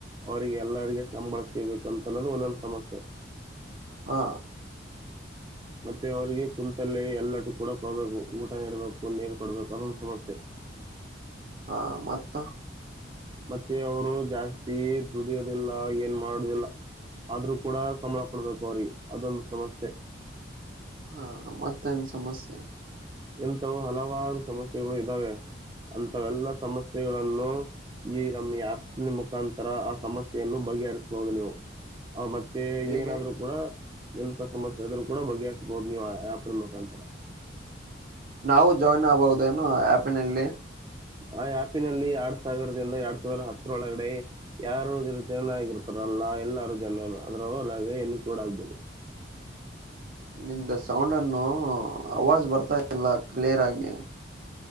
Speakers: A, on the right (about 20°); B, on the right (about 45°).
A: ಅವರಿಗೆ ಎಲ್ಲರಿಗೆ ಸಂಬಳ ತೆಗಿಬೇಕ ಅಂತ ಅನ್ನೋದು ಒಂದ ಸಮಸ್ಯೆ.
B: ಹಾ
A: ಮತ್ತೆ ಅವರಿಗೆ ಕುೂಂತಲ್ಲೇ ಎಲ್ಲಟು ಕೂಡ ಕೊಡಬೇಕು ಊಟ ನೀಡಬೇಕು ನೀರು ಕೊಡಬೇಕು ಅದೊಂದು ಸಮಸ್ಯೆ.
B: ಹಾ ಮತ್ತ
A: ಮತ್ತೆ ಅವರು ಜಾಸ್ತಿ ದುಡಿಯೋದಿಲ್ಲ ಏನ್ ಮಾಡುದಿಲ್ಲ ಆದ್ರೂ ಕೂಡ ಸಂಬಳ ಕೊಡ್ಬೇಕು ಅವ್ರಿಗೆ ಅದೊಂದು ಸಮಸ್ಯೆ.
B: ಹಾ ಮತ್ತೆ ಏನ್ ಸಮಸ್ಯೆ.
A: ಎಂಥವು ಹಲವಾರು ಸಮಸ್ಯೆಗಳು ಇದ್ದಾವೆ. ಆವೆಲ್ಲ ಸಮಸ್ಯೆಗಳನ್ನು. ಈ ನಮ್ಮ ಆ್ಯಪ್ ಮುಖಾಂತರ ಆ ಸಮಸ್ಯೆಯನ್ನು ಬಗೆಹರಿಸಬಹುದು ನೀವು. ಆ ಮತ್ತೆ
B: ಹೇಗೆ
A: ಏನಾದ್ರು ಕೂಡ. ಎಂತ ಸಮಸ್ಯೆ ಆದ್ರು ಕೂಡ ಬಗೆಹರಿಸಬಹುದು ನೀವು ಆಪ್ ಮುಖಾಂತರ.
B: ನಾವು ಜಾಯಿನ್ ಆಗ್ಬಹುದೇನು ಆಪಿನಲ್ಲಿ.
A: ಆ ಆ್ಯಪಿನಲ್ಲಿ ಎರಡ್ ಸಾವಿರದಿಂದ ಎರಡ್ ಸಾವಿರದ ಹತ್ತರೊಳಗಡೆ ಯಾರು ಜನ ಆಗಿರ್ತಾರ ಅಲ್ಲ ಎಲ್ಲಾರೂ ಜನ ಅದ್ರದಾಗ ಇನ್ಕ್ಲೂಡ್ ಆಗ್ಬೋದು.
B: ನಿಮ ಸೌಂಡನ್ನು ಅವಾಜ್ ಬರ್ತಾ ಇಲ್ಲ ಕ್ಲಿಯರ್ ಆಗಿ